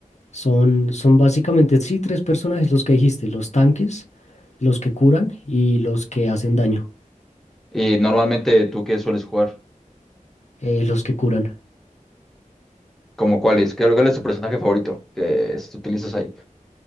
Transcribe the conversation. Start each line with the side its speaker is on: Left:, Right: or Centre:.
Left: Son, son básicamente, sí, tres personajes los que dijiste, los tanques, los que curan y los que hacen daño,
Centre: Y normalmente, ¿tú qué sueles jugar?
Left: eh, los que curan.
Centre: ¿Como cuál es? ¿Qué, cuál es tu personaje favorito que es- utilizas ahí?